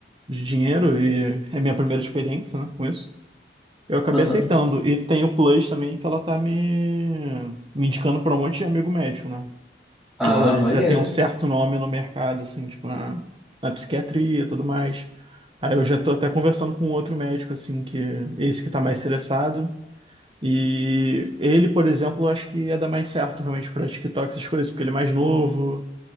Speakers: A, on the right; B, in the centre.
A: de dinheiro e é minha primeira experiência, né, com isso, eu acabei
B: Aham.
A: aceitando. E tem o Plus também, que ela tá me, me indicando pra um monte de amigo médico, né?
B: Ah,
A: que ela já
B: maneiro.
A: tem um certo nome no mercado, assim, tipo, na, na psiquiatria e tudo mais. Aí eu já tô até conversando com outro médico, assim, que esse que tá mais interessado. E ele, por exemplo, eu acho que ia dar mais certo realmente pra TikTok, essas coisas, porque ele é mais novo,